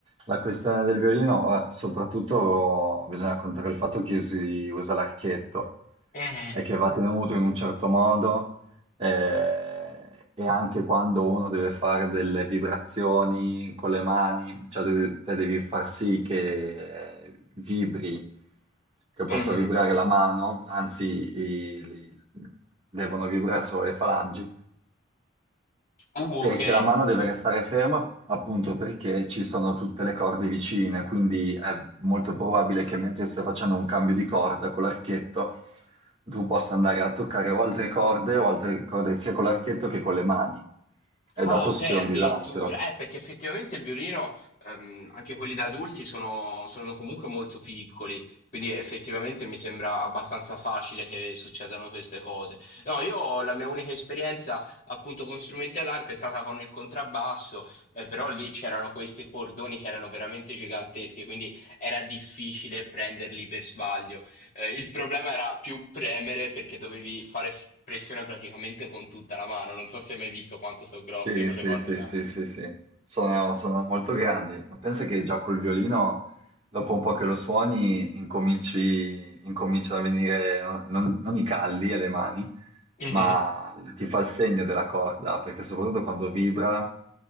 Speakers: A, on the right; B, on the left.
A: la questione del violino, eh, soprattutto bisogna contare il fatto che si usa l'archetto
B: Mhm.
A: e che va tenuto in un certo modo eh, e anche quando uno deve fare delle vibrazioni con le mani, cioè de- te devi far sì che eh, vibri, che possa
B: Mhm.
A: vibrare la mano, anzi i- li- devono vibrare solo le falangi
B: Uh,
A: perché
B: ok,
A: la mano deve restare ferma appunto perché ci sono tutte le corde vicine, quindi è molto probabile che mentre stai facendo un cambio di corda con l'archetto, tu possa andare a toccare o altre corde o altre corde sia con l'archetto che con le mani. E
B: Ah,
A: dopo
B: ok,
A: succede
B: addirittura.
A: un disastro.
B: Eh, perché effettivamente il violino, ehm, anche quelli da adulti, sono, sono comunque molto piccoli, quindi effettivamente mi sembra abbastanza facile che succedano queste cose. No, io la mia unica esperienza appunto con strumenti ad arco è stata con il contrabbasso, eh, però lì c'erano questi cordoni che erano veramente giganteschi, quindi era difficile prenderli per sbaglio. Eh, il problema era più premere perché dovevi fare f- pressione praticamente con tutta la mano. Non so se hai mai visto quanto sono grosse
A: Sì,
B: quelle
A: sì,
B: corde
A: sì,
B: là.
A: sì, sì, sì. Sono, sono molto grandi. Pensa che già col violino, dopo un po' che lo suoni, incominci, incominciano a venire no- non, non i calli alle mani,
B: Mhm.
A: ma ti fa il segno della corda, perché soprattutto quando vibra,